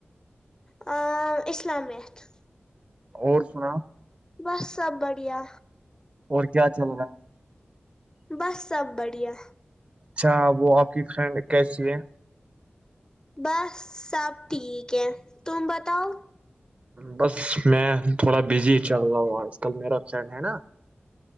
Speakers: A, on the left; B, on the right.
A: ا اسلامت
B: اور سنا <unintelligible>
A: بس سب بڑھیا
B: اور کیا چل رہا ہے
A: بس سب بڑھیا
B: اچھا وہ آپ کی فرینڈ کیسی ہے
A: بس سب ٹھیک ہے تم بتاؤ <unintelligible>
B: بس میں تھوڑا بزی چل رہا ہوں آج کل میرا فرینڈ ہے نا